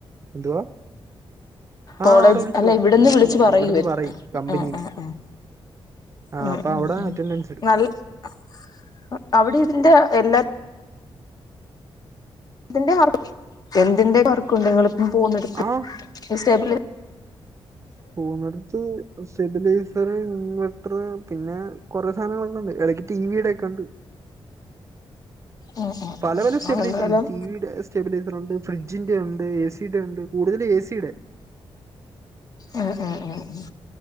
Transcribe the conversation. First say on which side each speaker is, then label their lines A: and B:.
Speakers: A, on the right; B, on the left.
A: എന്തുവാ? ആഹ്
B: കോളേജ്
A: അവിടെ വിളിച്ചു
B: അല്ല
A: പറയും.
B: ഇവിടുന്ന്
A: വിളിച്ചു
B: പറയൂ
A: ഇവിടുന്ന്
B: ഉം
A: പറയും. കമ്പനീന്ന്,
B: ഉം ഉം
A: ആഹ്
B: ഉം
A: അപ്പ
B: ഉം
A: അവിടെ
B: ഉം
A: അറ്റൻഡൻസ് ഇട്
B: നല്ല <inaudible> അവിടെ ഇതിന്റെ എല്ലാ ഇതിൻ്റെ വർ <inaudible> എന്തിൻ്റെ വർക്കുണ്ട് നിങ്ങളിപ്പം പോവുന്നിടത്ത്?
A: ആഹ്
B: ഈ സ്റ്റെബിലെ
A: പോവുന്നടത്ത് സ്റ്റബിലൈസറ്, ഇൻവെ വെട്ടറ് പിന്നെ കൊറെ സാനങ്ങള്ളത് ഏതെക്കെ ടിവിയിടെക്കെ ഇണ്ട്
B: ഉം ഉം
A: പല
B: ഉം
A: പല സ്റ്റേബിലൈസർ
B: അത് എന്തായാലും
A: ഉണ്ട്, ടി വിയുടെ സ്റ്റേബിലൈസർ ഉണ്ട്, ഫ്രിഡ്ജിന്റെ ഉണ്ട്. എ സിടെ ഉണ്ട്, കൂടുതൽ എ സിടെ.
B: മ് മ് മ് മ്